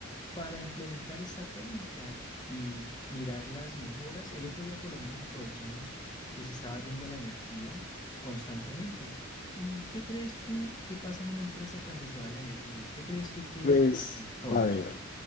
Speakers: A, on the left; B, on the left.
A: para implementar esta técnica y mirar las mejoras. El otro día por lo menos aprovechamos que se estaba yendo la energía constantemente. ¿Y qué crees tú que pasa en una empresa cuando se va la energía? ¿Qué crees tú que
B: Pues,
A: hacen todos?
B: a ver.